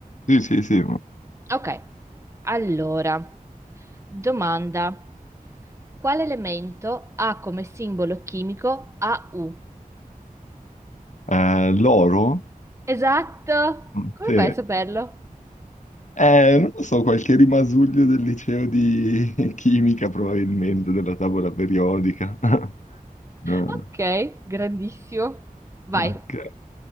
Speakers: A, on the left (about 55°); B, on the right (about 20°).
A: Sì, sì, sì. ma-
B: Ok, allora, domanda. Quale elemento ha come simbolo chimico AU?
A: Eh, l'oro?
B: Esatto!
A: Mm,
B: Come
A: Sì.
B: fai a saperlo?
A: Eh, non lo so, qualche rimasuglio del liceo di <laughs> chimica, probabilmente, della tavola periodica. <laughs> No,
B: Ok, grandissimo. Vai.
A: ok.